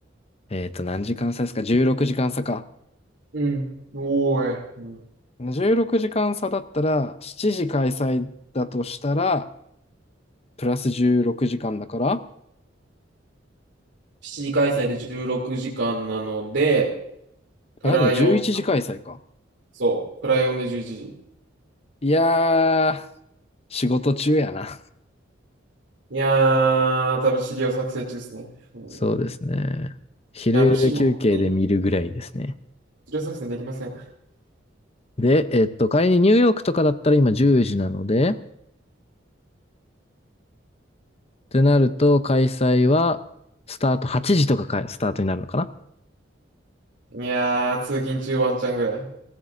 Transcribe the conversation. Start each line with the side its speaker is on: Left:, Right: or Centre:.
Left: えーっと、何時間差ですか ?16 時間差か。
Right: うん。おーい。うん。
Left: 16時間差だったら、7時開催だとしたら、プラス16時間だから、
Right: 7時開催で16時間なので、プラ4、
Left: あ、でも11時開催か。
Right: そう、プラ4で11時。
Left: いやー、仕事中やな。
Right: いやー、多分資料作成中ですね。うん、い
Left: そうですね。昼休憩で見るぐらいですね。
Right: や、もう資料、資料作成できません。
Left: で、えっと、仮にニューヨークとかだったら今10時なので、ってなると、開催は、スタート8時とかか、スタートになるのかな
Right: いやー、通勤中ワンチャンぐらい。